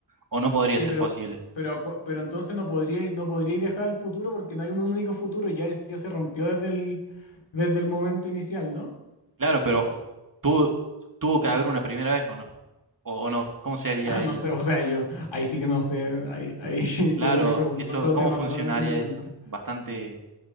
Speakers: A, on the right (about 45°); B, on the left (about 85°).
A: ¿O no podría
B: Sí,
A: ser
B: pero,
A: posible?
B: pero, a cua- pero entonces no podría, no podría viajar al futuro porque no hay un único futuro, ya, es- ya se rompió desde el, desde el momento inicial, ¿no? <laughs>
A: Claro, pero tu- tuvo que haber una primera vez, ¿o no? ¿O, o no? ¿Cómo se haría
B: Ah, no
A: el...?
B: sé, o sea, yo ahí sí que no sé, ahí, ahí <laughs>
A: Claro,
B: yo creo que ese es un-
A: eso,
B: otro
A: ¿cómo
B: tema
A: funcionaría
B: totalmente diferente.
A: eso? Bastante